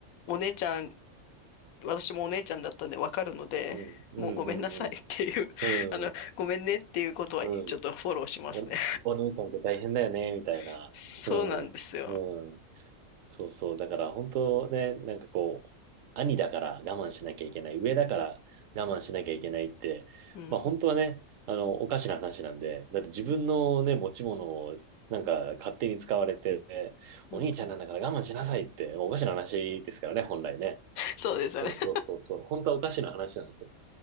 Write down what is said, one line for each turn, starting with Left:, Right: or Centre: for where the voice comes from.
Left: お姉ちゃん、私もお姉ちゃんだったんでわかるので、
Right: うん。
Left: もうごめんなさい <laughs> っていう、<laughs> あの、ごめんねっていうことはちょっとフォローしますね。
Right: うん。お、お兄ちゃんって大変だよね、みたいな。
Left: <laughs> そうなんですよ。
Right: うん。うん。そうそう。だから本当ね、なんかこう、兄だから我慢しなきゃいけない、上だから我慢しなきゃいけないって、
Left: うん、
Right: まあ本当はね、あの、おかしな話なんで、だって自分のね、持ち物をなんか勝手に使われて、お兄ちゃんなんだから我慢しなさいって、
Left: うん、うん
Right: おかしな話ですからね、本来ね。
Left: そうですよね。
Right: そうそうそうそう。
Left: <laughs>
Right: 本当はおかしな話なんですよ。